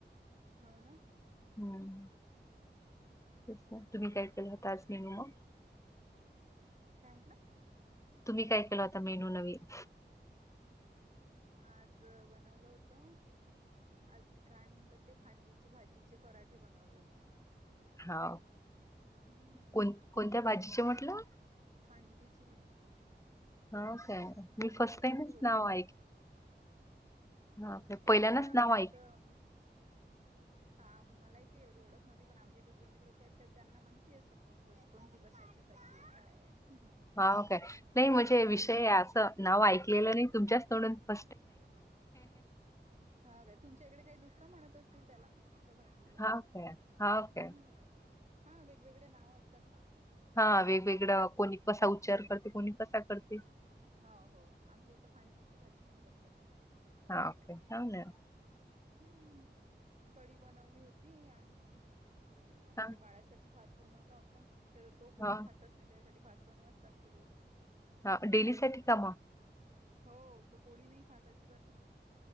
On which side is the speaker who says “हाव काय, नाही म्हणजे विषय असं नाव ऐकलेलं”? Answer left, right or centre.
Left